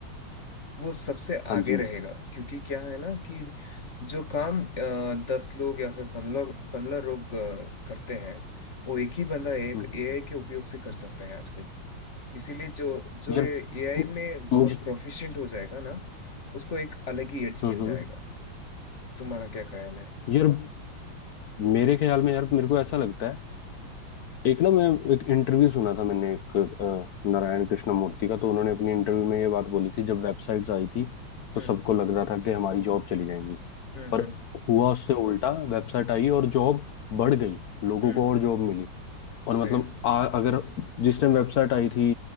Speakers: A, on the left; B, on the left.
A: वो सबसे आगे
B: हाँ जी
A: रहेगा क्योंकि क्या है ना कि जो काम अ, दस लोग या फिर पंद्रह पंद्रह लोग अ, करते हैं वो एक ही बंदा एक
B: हम्म।
A: एआई के उपयोग से कर सकता है आजकल इसीलिए जो जो
B: यार
A: एआई में बहुत
B: मुझे
A: प्रोफिशिएंट हो जाएगा ना उसको एक अलग ही एड्स
B: हम्म
A: मिल जाएगा
B: हम्म।
A: तुम्हारा क्या ख्याल है
B: यार मेरे ख्याल में यार मेरे को ऐसा लगता है एक ना मैं एक इंटरव्यू सुना था मैंने एक अ, नारायण कृष्ण मूर्ति का तो उन्होंने अपनी इंटरव्यू में ये बात बोली थी जब वेबसाइट्स आई थी तो
A: हम्म
B: सबको लग रहा था कि हमारी जॉब चली जाएंगी
A: हम्म
B: पर
A: हम्म
B: हुआ उससे उल्टा वेबसाइट आई और जॉब बढ़ गई लोगों
A: हम्म
B: को और जॉब मिली और
A: सही
B: मतलब
A: हम्म
B: आ, अगर जिस टाइम वेबसाइट आई थी